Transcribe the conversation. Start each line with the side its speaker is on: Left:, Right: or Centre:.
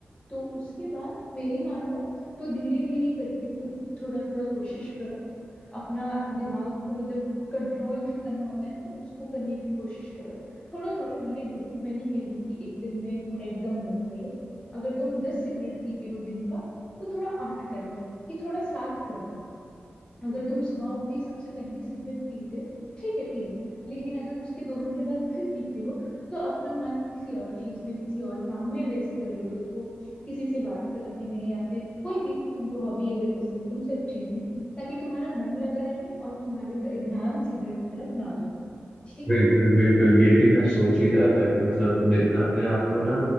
Left: तो उसके बाद मेरी मानो तो धीरे धीरे करके कुछ थोड़ा थोड़ा कोशिश करो अपना दिमाग को मतलब कंट्रोल जो करना होता है ना उसको करने की कोशिश करो थोड़ा थोड़ा धीरे धीरे मैं नहीं कह रही कि एक दिन में पूरा एकदम बंद कर लो अगर तुम दस सिगरेट पीते हो दिन का तो थोड़ा आठ कर लो कि थोड़ा सात कर लो अगर तुम सुबह उठते ही सबसे पहले सिगरेट पीते हो ठीक है पी लो लेकिन अगर उसके दो घंटे बाद फिर पीते हो तो अपना मन किसी और चीज में किसी और काम में व्यस्त कर लो खुद को किसी से बात करने में या फिर कोई भी तुमको हॉबी अगर पसंद है उन सब चीज में ताकि तुम्हारा मन लगा रहे और तुम्हारे क- ध्यान सिगरेट की तरफ ना जाए ठीक
Centre: बिल्कुल
Left: है
Centre: बिल्कुल ये भी मैं सोच ही रहा था कि मतलब जितना अपने आप को ना